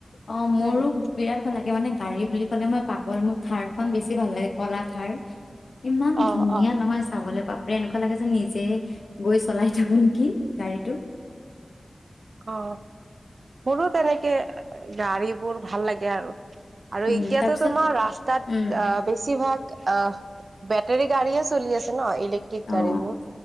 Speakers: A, on the left (about 85°); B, on the right (about 70°).
A: অ মোৰো
B: উম
A: বিৰাট ভাল লাগে মানে গাড়ী বুলি মই‌ মানে পাগল মোৰ থাৰ খন বেছি ভাল লাগে কলা থাৰ। ইমান
B: অ
A: ধুনীয়া
B: অ
A: নহয় চাবলৈ বাপৰে এনেকুৱা লাগে যে নিজে গৈ চলাই থাকো নেকি গাড়ীটো।
B: অ, মোৰো তেনেকে গাড়ীবোৰ ভাল লাগে আৰু। আৰু
A: উম,
B: এতিয়াতো
A: তাৰপিছত
B: তোমাৰ ৰাস্তাত
A: উম,
B: অ বেছিভাগ অ বেটেৰী গাড়ীয়ে চলি আছে ন ইলেক্ট্ৰিক
A: অ',
B: গাড়ীবোৰ।